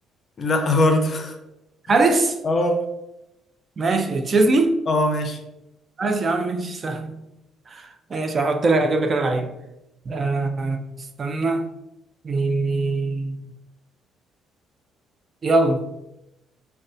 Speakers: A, on the left; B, on the right.
A: لا برضه <laughs>
B: حارس
A: اه
B: ماشي تشيزني
A: اه ماشي
B: ماشي يا عم ماشي سهل ماشي هحط لك اجيب لك انا لعيب آه استنى مين مين يلا